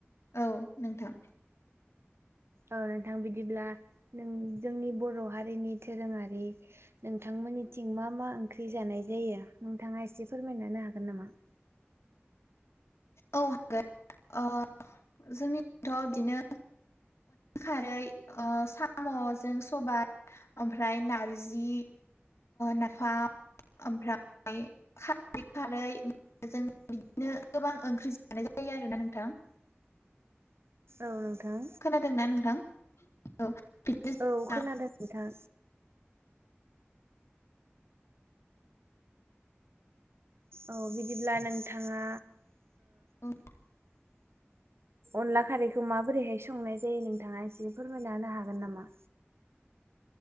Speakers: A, on the left (about 80°); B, on the right (about 70°).
A: औ नोंथां
B: औ नोंथां बिदिब्ला नों जोंनि बर' हारिनि दोरोङारि नोंथांमोननिथिं मा मा ओंख्रि जानाय जायो नोंथाङा एसे फोरमायानो हागोन नामा
A: औ हागोन जोंनिथ' बिदिनो खारै साम'जों सबायाइ ओमफ्राय नारजि नफाम ओमफ्राय खारै खारै जों बिदिनो गोबां ओंख्रि जानाय जायो आरो ना नोंथां
B: औ नोंथां
A: खोनादोंना नोंथां औ बिदिनो
B: औ खोनादों नोंथां औ बिदिब्ला नोंथाङा
A: जोंना
B: अनला खारैखौ माबोरैहाय संनाय जायो नोंथाङा एसे फोरमायना होनो हागोन नामा